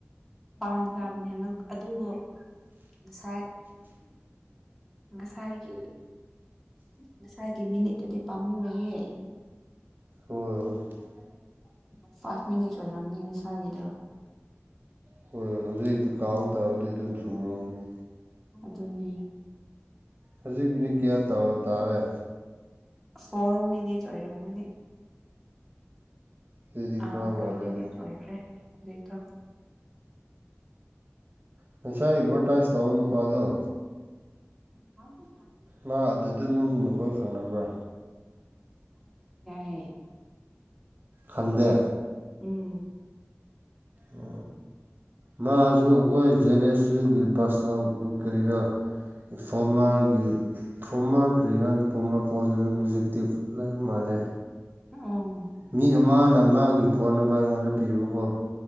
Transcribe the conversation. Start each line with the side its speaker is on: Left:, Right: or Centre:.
Centre: ꯄꯥꯟꯖꯕꯅꯦ ꯑꯗꯨꯕꯨ ꯉꯁꯥꯏ ꯉꯁꯥꯏꯒꯤ ꯉꯁꯥꯏꯒꯤ ꯃꯤꯅꯤꯠꯇꯨꯗꯤ ꯄꯥꯝꯃꯨꯏꯍꯦ ꯍ
Right: ꯍꯣꯏ ꯍꯣꯏ
Centre: <unintelligible> ꯐꯥꯁ ꯃꯤꯅꯤꯠ ꯑꯣꯏꯔꯝꯅꯤ ꯅꯁꯥꯏꯒꯤꯗꯣ
Right: ꯍꯣꯏ ꯍꯧꯖꯤꯛ ꯍꯧꯖꯤꯛꯇꯤ ꯀꯥꯎꯕ ꯇꯥꯔꯗꯤ ꯑꯗꯨꯝ ꯁꯨꯔꯝꯅꯤ
Centre: ꯑꯗꯨꯅꯤ
Right: ꯍꯧꯖꯤꯛꯕꯨꯗꯤ ꯀꯌꯥ ꯇꯧꯔ ꯇꯥꯔꯦ
Centre: ꯐꯣꯔ ꯃꯤꯅꯤꯠꯁ ꯑꯣꯏꯔꯝ ꯃꯅꯤ
Right: ꯑꯗꯨꯗꯤ
Centre: ꯑ
Right: ꯈꯔ
Centre: ꯐꯣꯔ
Right: ꯋꯥꯠꯂꯦꯅꯦ
Centre: ꯃꯤꯅꯤꯠꯁ ꯑꯣꯏꯈꯔꯦ ꯍꯖꯤꯛꯇꯣ
Right: ꯉꯁꯥꯏ ꯑꯦꯠꯚꯔꯇꯥꯏꯁ ꯇꯧꯕ ꯅꯨꯄꯥꯥꯗꯣ
Centre: ꯍ
Right: ꯃꯥ ꯑꯗꯨꯗ ꯅꯨꯡ ꯅꯈꯣꯏ ꯈꯪꯅꯕ꯭ꯔꯥ
Centre: ꯍ
Right: ꯈꯪꯗꯦ
Centre: ꯎꯝ
Right: ꯎ ꯃꯥꯁꯨ ꯑꯩꯈꯣꯏ ꯖꯦꯠ ꯑꯦꯁ ꯌꯨꯒꯤ ꯄꯥꯁ ꯑꯥꯎꯠ ꯀꯔꯤꯔ ꯐꯣꯔꯃꯔꯒꯤ ꯐꯔꯣꯃꯔ ꯀꯔꯤꯔ ꯄ꯭ꯔꯣꯃꯔ ꯄꯣꯁꯇ ꯑꯗꯨꯝꯖꯤꯛꯇꯤꯞ ꯂꯩꯕ ꯃꯥꯜꯂꯦ
Centre: ꯑꯣ
Right: ꯃꯤ ꯃꯅ ꯃꯥꯒꯤ ꯐꯣꯟ ꯅꯝꯕꯔ ꯑꯩꯉꯣꯟꯗ ꯄꯤꯕꯀꯣ